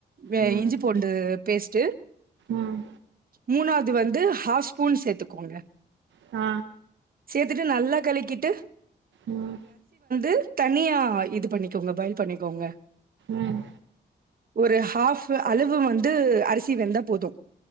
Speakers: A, on the right; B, on the right.
A: வே
B: ம்
A: இஞ்சி பூண்டு பேஸ்டு
B: ம்
A: மூனா து வந்து ஹாப் ஸ்பூன் சேத்துக்கோங்க
B: ஆ
A: த்துட்டு நல்லா கலக்கிட்டு
B: ம்
A: கு தனியா இது பண்ணிக்கோங்க பய்ல் பண்ணிக்கோங்க
B: ம்
A: ஒரு ஹாஃப அளுவு வந்து அரிசி வெந்தா போது